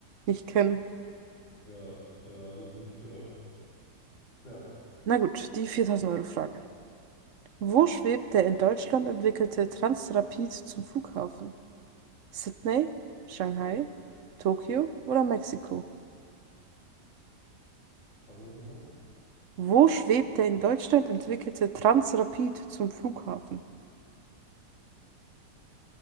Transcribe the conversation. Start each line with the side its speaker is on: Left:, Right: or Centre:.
Right: nicht kennen.
Left: Ja, ja, gut, ja. Ja.
Right: Na gut, die 4000 Euro Frage. Wo schwebt der in Deutschland entwickelte Transrapid zum Flughafen? Sydney, Shanghai, Tokio oder Mexiko?
Left: Die Frage nochmal?
Right: Wo schwebt der in Deutschland entwickelte Transrapid zum Flughafen?